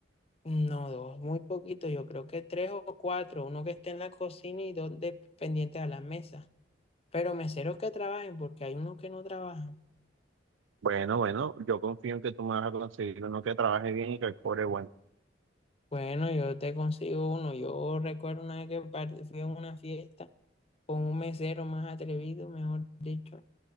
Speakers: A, on the left; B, on the right.
A: No, dos, muy poquito, yo creo que tres o cuatro, uno que esté en la cocina y dos de- pendientes a la mesa. Pero meseros que trabajen porque hay unos que no trabajan.
B: Bueno, bueno, yo confío en que tú me vas a conseguir uno que trabaje bien y que cobre bueno.
A: Bueno, yo te consigo uno. Yo recuerdo una vez que par- fui a una fiesta con un mesero más atrevido, mejor dicho.